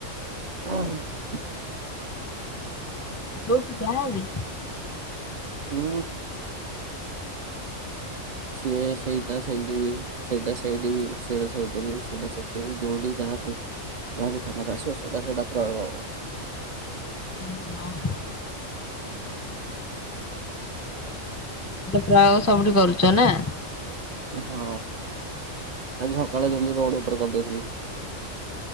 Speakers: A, on the right (about 35°); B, on the left (about 15°).
A: <inaudible>
B: ବୋଉ ତୁ ଯିବେ।
A: ହୁଁ। ସିଏ ସେଇଟା ସେଇଠି ବି। ସେଇଟା ସେଇଠି ବି, ସେଇଟା ସେଇଠି ବି, ସେଇଟା ସେଠିବି ବି, ଯୋଉଠି ଯାହା ପଡିଛି ଯାହାବି ତୁମର ଆସିବ ସଦା ସଦା ପ୍ରୟୋଗ ହବ।
B: ଓହୋ।
A: ହୁଁ
B: ପ୍ରୟୋଗ ସବୁଠି କରୁଛ ନାଁ।
A: ହଁ ଆଜି ସକାଳେ ଯେମିତି ରୋଡ ଉପରେ କରିଦେଇଥିଲି।